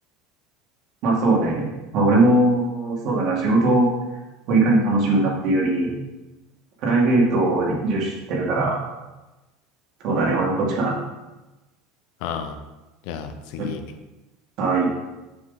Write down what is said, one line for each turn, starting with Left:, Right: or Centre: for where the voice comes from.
Right: まあそうね。まあ俺も、そうだな、仕事をいかに楽しむかっていうより、プライベートを重視してるから、そうだね、俺もこっちかな。
Left: ああ。じゃあ次。
Right: じゃはい。